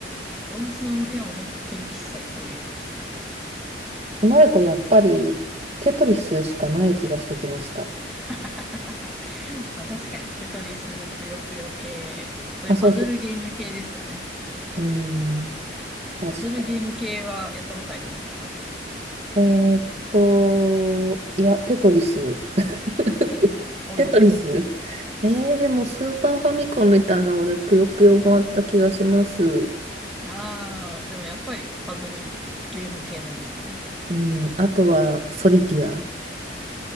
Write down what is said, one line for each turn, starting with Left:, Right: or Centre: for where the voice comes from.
Centre: 動物の森はもう本当に一切そういうのは必要ないです。
Right: となると、やっぱりテトリスしかない気がしてきました。
Centre: <laughs> まあ確かに、テトリス、ぷよぷよ系、そういうパズルゲーム系ですよね。
Right: あ、そうそう。うん、確か。
Centre: パズルゲーム系はやったことありますか
Right: えーっと、いや、テトリス。<laughs>
Centre: あ、テトリス、オンリ
Right: テトリス。えー、でもスーパーファミコンみたいなので、ぷよぷよもあった気がします。
Centre: ー。ああ、でもやっぱりパズルゲーム系なんですね。
Right: うん、あとは、ソリティア。